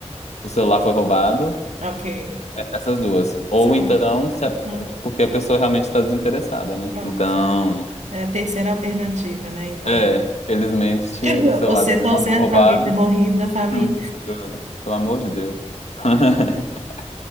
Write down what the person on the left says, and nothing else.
o celular foi roubado,
é- essas duas. Ou
então, se a-
porque a pessoa realmente está desinteressada, né?
Então,
é, felizmente
o celular
dele
não foi roubado.
Hum, juro, pelo amor de Deus. <laughs>